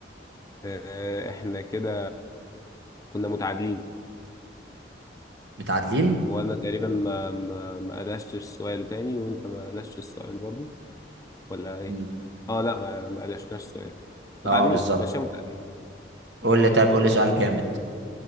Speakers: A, on the left (about 20°); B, on the right (about 80°).
A: آه، احنا كده كنا متعادلين
B: متعادلين
A: وانا تقريبا ما ما ما قلشتش السؤال تاني وانت ما قلشتش السؤال برضو ولا ايه
B: مم.
A: اه لا ما ما قلشناش السؤال متعادلين
B: اه بالظبط
A: ماشي متعادلين
B: قول لي طيب قول لي سؤال جامد